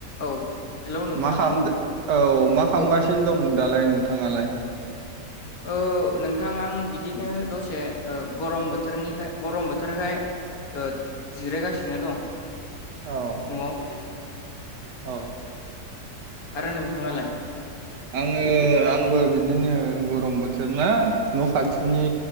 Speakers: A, on the left; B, on the right.
A: औ। हेलौ नोंथां
B: मा खालामदो औ मा खालामगासिनो
A: औ
B: दं? दालाय नोंथाङालाय?
A: औ नोंथां आं बिदिनो दसे ओ गरम बोथोरनिखाय गरम बोथोरखाय ओ जिरायगासिनो दं।
B: औ
A: नआव।
B: औ
A: आरो नोंथाङालाय?
B: आङो आंबो बिदिनो गरम बोथोर ना न' खाथिनि